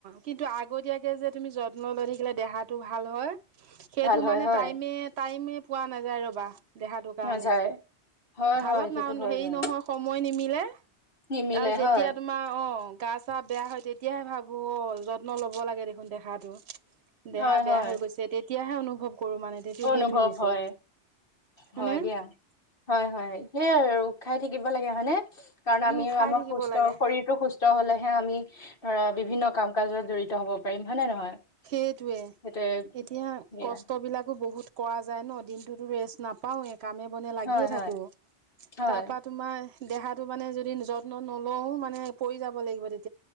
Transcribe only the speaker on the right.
কিন্তু আগতীয়াকে যে তুমি যত্ন লৈ থাকিলে দেহাটো ভাল হয় সেইটো
মানে
টাইমে টাইমে পোৱা নাযায় ৰবা দেহাটোৰ কাৰণে।
ভালত
না
হেৰি
নহয় সময় নিমিলে
আৰু যেতিয়া
তোমাৰ অঁ গা চা বেয়া হয় তেতিয়াহে ভাবো অ যত্ন ল'ব লাগে দেখোন দেহাটো দেহা
বেয়া হৈ গৈছে তে- তিয়াহে অনুভৱ কৰো মানে তেতিয়া
সেইটো হৈছে
হয়নে?
উম
খাই
থাকিব
লাগে।
সেইটোৱে
এতিয়া
কষ্ট বিলাকো বহুত কৰা যায় ন দিনটোতো ৰেষ্ট নাপাও এ কামে বনে লাগিয়ে
থাকো
তাৰ পৰা তোমাৰ দেহাটো মানে যদি যত্ন নলও মানে পৰি যাব লাগিব তেতিয়া।